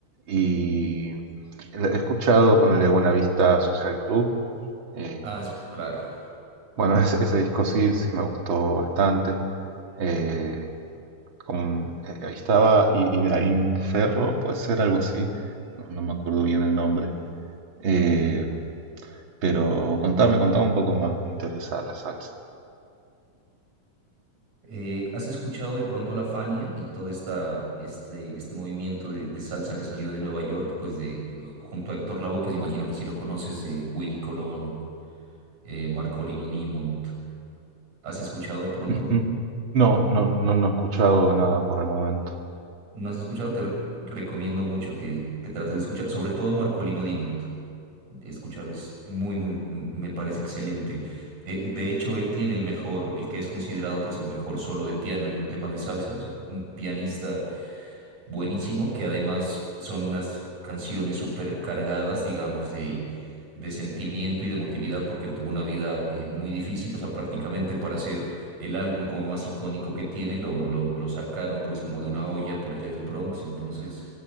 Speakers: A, on the right; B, on the right.
A: Y he escuchado, ponerle Buena Vista Social Club. eh,
B: Ah, es- claro.
A: bueno, <laughs> ese, ese disco sí, sí me gustó bastante. Eh, con- eh, ahí estaba I- Ibrahim Ferro, puede ser algo así, no, no me acuerdo bien el nombre. Eh, pero contame, contame un poco más, me interesa la salsa.
B: Eh, ¿has escuchado de pronto la Fania y todo esta, este, este movimiento de, de salsa que salió de Nueva York, pues de, junto a Héctor Lavoe, pues imagino que si lo conoces, eh, Willy Colón, eh, Marcolino Dimond. ¿Has escuchado de pronto?
A: Ujú. No, no, no, no he escuchado nada por el momento.
B: ¿No has escuchado? Te re- recomiendo mucho que, que trates de escuchar, sobre todo a Marcolino Dimond. Escucharlo es muy, muy, m- me parece excelente. Eh, de hecho, él tiene el mejor, el que es considerado pues el mejor solo de piano en un tema de salsa, o sea, un pianista buenísimo, que además son unas canciones súper cargadas, digamos, de, de sentimiento y de emotividad, porque él tuvo una vida eh, muy difícil, o sea, prácticamente para hacer el álbum como más icónico que tiene, lo, lo, lo sacaron pues como de una olla, ponele del Bronx, entonces